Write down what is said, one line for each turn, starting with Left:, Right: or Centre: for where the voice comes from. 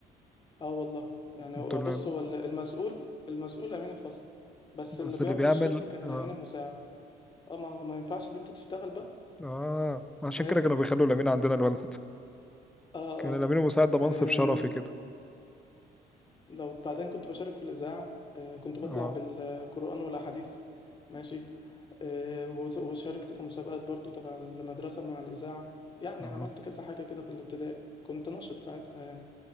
Left: اه والله يعني
Centre: انتوا
Left: وبص
Centre: اللي
Left: هو ال- المسؤول المسؤول امين الفصل بس
Centre: بس
Left: اللي بيعمل
Centre: اللي بيعمل
Left: الشغل كان الامين
Centre: اه
Left: المساعد اه ما هو ما ينفعش بنت تشتغل بقى
Centre: اه عشان
Left: فاهم
Centre: كده كانوا بيخلوا لامين عندنا الولد
Left: اه
Centre: كان
Left: اه
Centre: لامين مساعد ده منصب
Left: آه،
Centre: شرفي كده
Left: لو بعدين كنت بشارك في الإذاعة آه، كنت بطلع
Centre: اه
Left: بالقرآن والأحاديث ماشي آه، وز- وشاركت في مسابقات برضو تبع المدرسة مع الإذاعة يعني
Centre: اه
Left: عملت كذا حاجة كده في الابتدائي كنت نشط ساعتها يعني